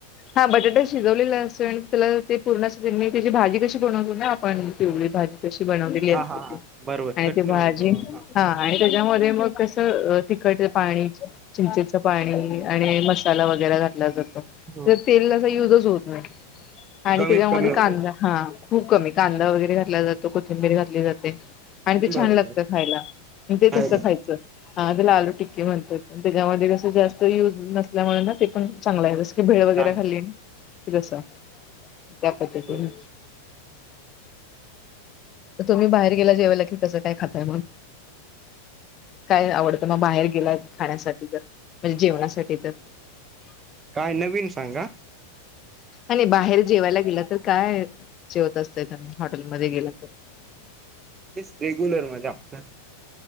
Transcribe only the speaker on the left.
हा बटाटा शिजवलेला अस त्याला ते पूर्ण मी त्याची भाजी कशी बनव ना आपण पिवळी भाजी बटाट्याची बनवलेली असते
ती
आणि
त भाजी
ह मध्ये मग कसं तखट पाणी चिंचेच पाणी आणि मसाला वगैरे घातला जातो
तर तेल कसं युजच होत नाही आणि
त्याच्यामध्ये
कांदा
हा खूप कमी कांदा वगैरे घातला जातो कोथिंबीर घातली जाते. आणि ते छान
लागत खायला ते तसं
खायचं लालू <unintelligible> म्हणतात. त्याच्यामध्ये कसं जास्त यूज नसल्यामुळे ना तेपण चांगलं आहे तसं. ते भेळ
वगैरे खाल्ली, जसं त्या पद्धतीनं.
तर तुम्ही बाहेर गेला जेवायला की, कसं काय खाताय मग? काय आवडतं मग बाहेर गेलाय खाण्यासाठी तर, म्हणजे जेवणासाठी तर.
आणि बाहेर जेवायला गेला, तर काय जेवत असतायसा, हॉटेलमध्ये गेला तर? <unintelligible>